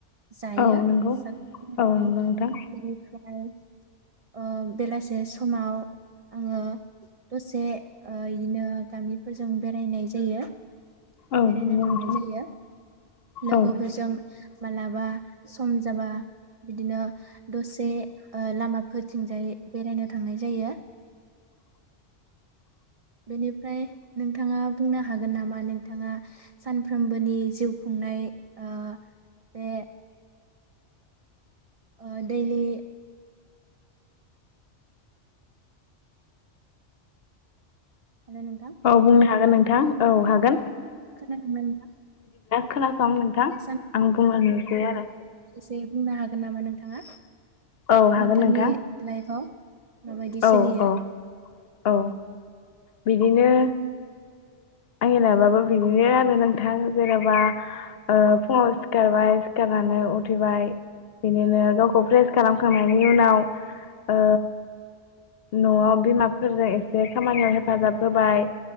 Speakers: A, on the right (about 60°); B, on the left (about 60°).
A: जायो
B: औ नंगौ
A: <unintelligible>
B: औ नंगौ नोंथां
A: बेनिफ्राय ओ बेलासे समाव आङो दसे, ओ इदिनो गामिफोरजों बेरायनाय जायो।
B: औ
A: बेरायनो
B: नंगौ
A: थांनाय
B: नोंथां
A: जायो। लोगोफोरजों
B: औ
A: मालाबा सम जाबा बिदिनो दसे ओ लामाफोरथिंजाय बेरायनो थांनाय जायो। बेनिफ्राय नोंथाङा बुंनो हागोन नामा? नोंथाङा सानफ्रोमबोनि जिउ खुंनाय ओ माने ओ दोयलि <unintelligible> नोंथां
B: बुंनो हागोन नोंथां औ हागोन।
A: खोनादोंना।
B: खोनादों। ओं नोंथां
A: बे
B: आं बुंलायनोसै आरो।
A: गै बुंनो हागोन नामा नोंथाङा।
B: औ हागोन
A: नोंथांनि
B: नोंथां
A: लाइफआव। माबायदि
B: औ
A: सोलियो
B: औ औ। बिदिनो। आंनि लाइाबाबो बिदिनो आरो नोंथां जेनबा ओ फुङाव सिखारबाय सिखारनानै उथैबाय बिदिनो गावखौ प्र्रेस खालामखांनायनि उनाव ओ नआव बिमाफोरजों एसे खामानियाव हेफाजाब होबाय